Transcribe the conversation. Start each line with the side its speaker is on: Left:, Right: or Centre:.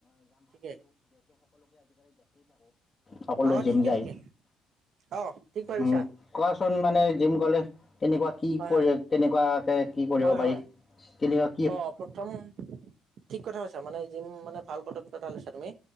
Right: ঠিকে
Left: সকলোৱে
Right: অ
Left: জিম
Right: ঠিকে
Left: যায়
Right: ঠিকে অ ঠিক ভাবিছা
Left: উম কোৱাচোন মানে জিম গলে কেনেকুৱা কি
Right: হয়
Left: কৰি
Right: হয়
Left: কেনেকুৱা কে কি কৰিব
Right: হয়
Left: পাৰি
Right: হয়
Left: কেনেকা
Right: অ প্ৰথম ঠিক কথা কৈছা মানে জিম মানে ভাল পদত পথা লৈছা তুমি